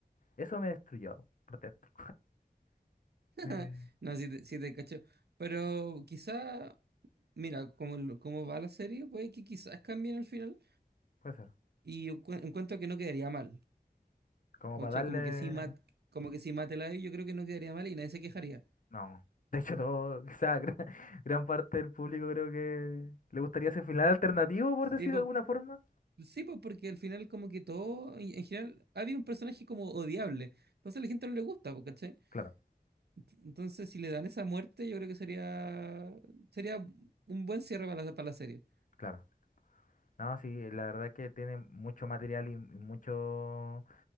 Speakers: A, on the left; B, on the right.
A: eso me destruyó por dentro.
B: <laughs>
A: Eh,
B: No, sí, te, sí te cacho. Pero quizá. Mira, como, lo- como va la serie, puede que quizás cambien el final.
A: puede ser.
B: Y yo encu- encuentro que no quedaría mal.
A: Como
B: ¿Cachai?
A: para darle.
B: Como que sí, mat, como que sí mátela ahí, yo creo que no quedaría mal y nadie se quejaría.
A: No. De hecho, todo, quizá <laughs> gran, gran parte del público creo que le gustaría ese final alternativo, por decir
B: Sí,
A: de alguna forma.
B: Sí, pues porque al final como que todo, en en general, había un personaje como odiable. Entonces a la gente no le gusta, pues, ¿cachai?
A: Claro,
B: Ent- Entonces si le dan esa muerte, yo creo que sería sería un buen cierre para la, para la serie.
A: claro. No, sí, la verdad que tiene mucho material y, y mucho